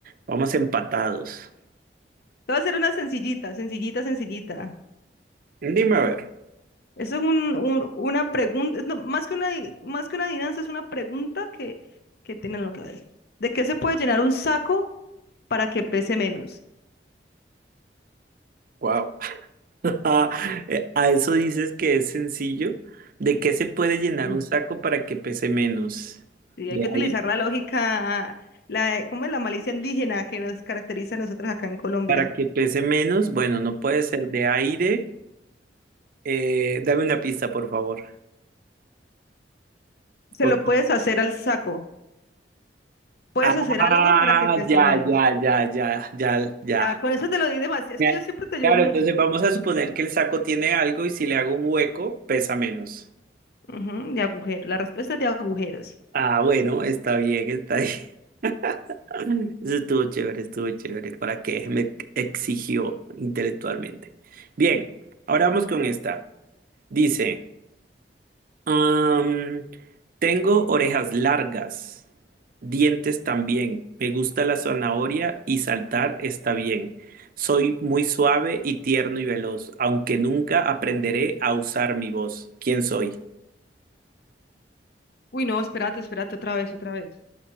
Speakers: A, on the right; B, on the left.
A: Vamos empatados.
B: Te voy a hacer una sencillita, sencillita, sencillita.
A: Dime a ver.
B: Eso es un, un- una pregunta, es no, más que una, di- más que una adivinanza, es una pregunta que, que tienen lo que ver. ¿De qué se puede llenar un saco para que pese menos?
A: Wow. <laughs> A eso dices que es sencillo. ¿De qué se puede llenar
B: Sí.
A: un saco para que pese menos?
B: Y
A: De
B: hay que utilizar
A: aire.
B: la lógica, la, ¿cómo es la malicia indígena que nos caracteriza a nosotros acá en Colombia?
A: Para que pese menos, bueno, no puede ser de aire. Eh, dame una pista, por favor.
B: Se
A: Por
B: lo puedes
A: favor.
B: hacer al saco. Puedes
A: Ah,
B: hacer algo para que pese
A: ya,
B: menos.
A: ya, ya, ya, ya, ya.
B: Ya, con eso te lo di demasiado. Es
A: Ya,
B: que yo siempre te ayudo
A: Claro,
B: mucho.
A: entonces vamos a suponer que el saco tiene algo y si le hago un hueco, pesa menos.
B: Ujú, de agujero. La respuesta es de agujeros.
A: Ah, bueno, está bien, está bien. <laughs> Eso estuvo chévere, estuvo chévere. ¿Para qué? Me exigió intelectualmente. Bien, ahora vamos con esta. Dice. Am, tengo orejas largas, dientes también. Me gusta la zanahoria y saltar está bien. Soy muy suave y tierno y veloz, aunque nunca aprenderé a usar mi voz. ¿Quién soy?
B: Uy, no, espérate, espérate, otra vez, otra vez.